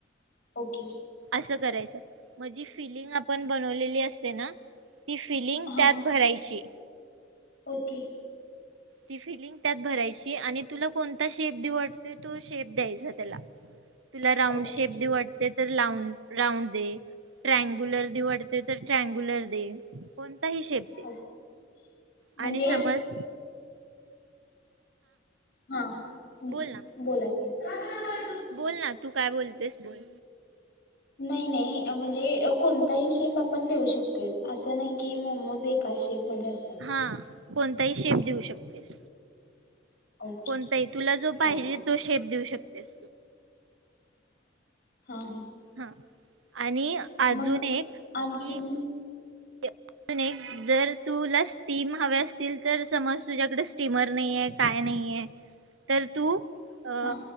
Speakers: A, on the left (about 55°); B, on the right (about 80°).
A: ओके.
B: असं करायचं. मग जी फिलिंग आपण बनवलेली असते ना ती फिलिंग
A: हां
B: त्यात भरायची
A: ओके.
B: ती फिलिंग त्यात भरायची आणि तुला कोणता शेप देऊ वाटतो तो शेप द्यायचा त्याला. तुला राऊंड
A: ओके
B: शेप देऊ वाटतय तर राऊंड दे ट्रँगुलर देऊ वाटतय तर ट्रँगुलर दे कोणताही शेप दे
A: हो म्हणजे
B: आणि समस
A: हा हम
B: बोल ना
A: बोला की. <unintelligible>
B: बोल ना तू काय बोलतेस बोल.
A: नाही नाही म्हणजे कोणताही शेप आपण देऊ शकतोय असं नाही की मोमोज एका मधे असतात.
B: हा कोणताही शेप देऊ शकतेस.
A: ओके
B: कोणताही तुला जो पाहिजे
A: चालेल.
B: तो शेप देऊ शक तेस
A: हा ह
B: हा. आणि अजून
A: मग
B: एक
A: आणखीन
B: कि अजून एक जर तुला स्टीम हवे असतील तर समज तुझ्याकडे स्टीमर नाहीे काय नाही आहे तर तू अ
A: हा